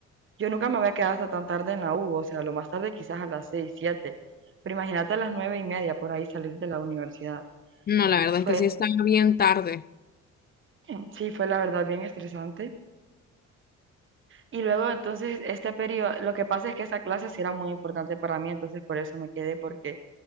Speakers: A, on the right (about 40°); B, on the left (about 30°).
A: Yo nunca me había quedado hasta tan tarde en la U, o sea, lo más tarde quizás a las seis, siete, pero imagínate a las nueve y media por ahí salir de la universidad.
B: No, la verdad
A: Fue,
B: es que sí está bien tarde.
A: <clears throat> sí, fue la verdad bien estresante. Y luego entonces este periodo, lo que pasa es que esa clase sí era muy importante para mí, entonces por eso me quedé, porque